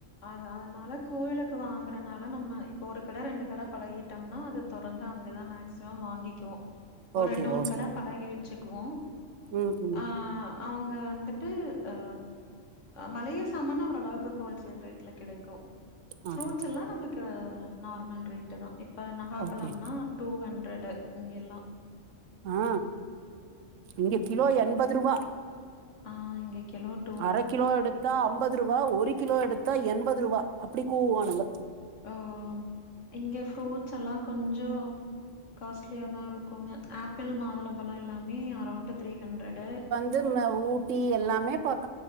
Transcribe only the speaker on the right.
ஓகே
ஓகே
ம் ஹு
ஆ ஆ
ஓகே
ஆ இங்க கிலோ என்பதுருபா
அர கிலோ எடுத்தா அம்பது ருபா ஒரு கிலோ எடுத்தா எண்பது ருவா அப்டி கூவுவானுங்க
இது மா ஊட்டி எல்லாமே பக்கத்